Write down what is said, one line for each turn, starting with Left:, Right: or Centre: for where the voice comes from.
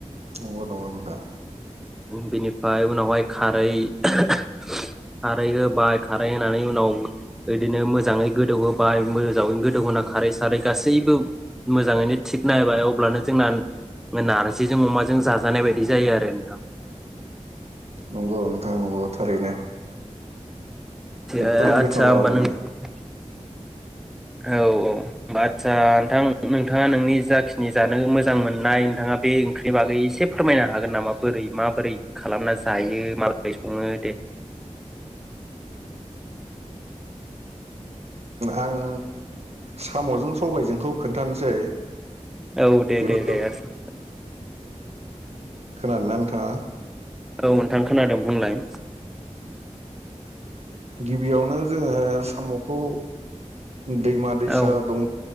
Right: नंगौ नंगौ नोंथां
Centre: बेनिफ्राय उनावहाय खारै <unintelligible> खारै होबाय खारै होनानै उनाव बिदिनो मोजाङै गोदौ होबाय मोजाङै गोदौहोना खारै सारै गासैबो मोजाङैनो थिग नायबाय अब्लानो जों नारजि अमाजों जाजानाय बायदि जायो आरो नोंथां।
Right: नंगौ नोंथां नंगौ थारैनो। जोबोर
Centre: आ आतसाा
Right: गोथाव आरोना
Centre: ब <unintelligible> औ औ आदसा नोंथां नोंथाङा नोंनि जाखिनि जानो मोजां मोननाय नोंथाङा बे ओंख्रिनि बागै एसे फोरमायनो हागोन नामा बोरै माबोरै खालामना जायो माबोरै सङो दे?
Right: आं सामजों सबायजोंखौ खोन्थानोसै
Centre: औ दे
Right: बेबो
Centre: दे दे आसा
Right: खोनादोंना नोंथांङा?
Centre: औ नोंथां खोनादों बुंलाय।
Right: गिबियावनो जोङो साम'खौ दैमा दैसा
Centre: औ
Right: दं